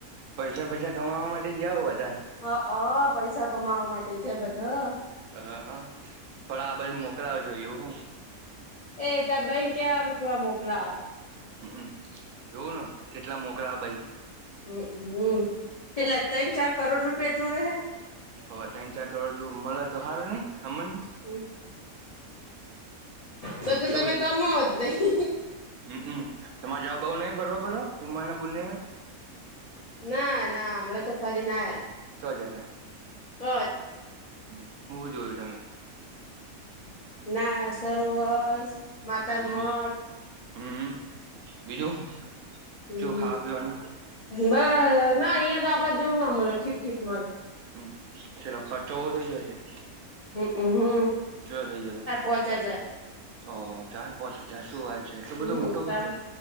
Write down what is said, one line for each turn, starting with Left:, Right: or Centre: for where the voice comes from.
Right: પૈસા પૈસા કમાવા માટે જાઓ બધા.
Left: અ અ પૈસા કમાવા માટે જે બધા.
Right: હ હ પણ આ બાજુ મોકલાવજો એવું હો.
Left: એ તારે ભાઈ ને કેવાનું થોડા મોકલાવે.
Right: હમ જોવું ને કેટલા મોકલે ભઈ.
Left: હમ હમ ચેટલા ત્રણ ચાર કરોડ રૂપિયા જોવે હે.
Right: હોવે ત્રણ ચાર કરોડ જો મળે તો હારુ નઈ અમન.
Left: હમ તો તું
Right: જોજ
Left: તમે કમાવો જ નહી.
Right: હમમ તમારે જાવું બાવુ નહી ફરવા બરવા કુમાર ને બુંને ને.
Left: ના ના હમણાં તો ફરી ને આયા.
Right: ચ્યો જ્યાં તા.
Left: કચ્છ.
Right: હું હું જોયું તમે.
Left: ના સરોવર માતાના
Right: હમ
Left: મઢ.
Right: હમ બીજું
Left: <unintelligible>
Right: શું ખાવા પીવાનું
Left: બ ના અહીયાં તો આપડા જેવું ના મળે ઠીક ઠીક મલ.
Right: હમ ચલો ખર્ચો બહુ થઇ જશે.
Left: હમ હમ.
Right: ચ્યો થઇ જતા.
Left: પોચ હજાર.
Right: ઓ હો ચાર પોચ હજાર શું વાત. છે એટલો બધો
Left: હમ
Right: મોટો ખર્ચો
Left: તા